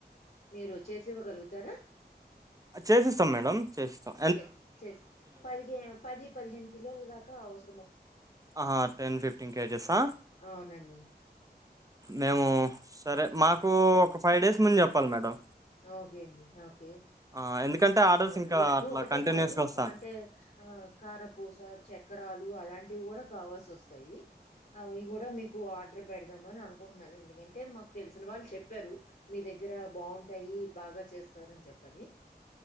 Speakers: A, on the left; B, on the right.
A: మీరు చేసి ఇవ్వగలుగుతారా
B: చేసేస్తం మేడం చేస్తం
A: చెస్ చెస్ పదిహె పది పదిహేన్ కె కిలోలు దాకా ఓస్
B: ఆహా టెన్ ఫిఫ్టీన్ కేజెస్ ఆ
A: అవునండి
B: మేము సరే మాకు ఒక ఫైవ్ డేస్ ముందు చెప్పాలి మేడం
A: ఓకే అండి ఓకే
B: ఆ, ఎందుకంటే
A: ఆ
B: ఆర్డర్స్ ఇంకా
A: లడ్డుూ
B: అట్లా
A: ఒకటే
B: కంటిన్యూస్గా
A: కాదు
B: వస్తాను
A: అంటే ఆ కారపూస చెక్క క్రాలు అలాంటివి కూడా కావాల్సి వస్తాయి అవి కూడా మీకు ఆర్డర్ పెడదామని అనుకుంటున్నాను ఎందుకంటే మాకు తెలిసిన వాళ్ళు చెప్పారు మీ దగ్గర బాగుంటాయి బాగా చేస్తారు అని చెప్పని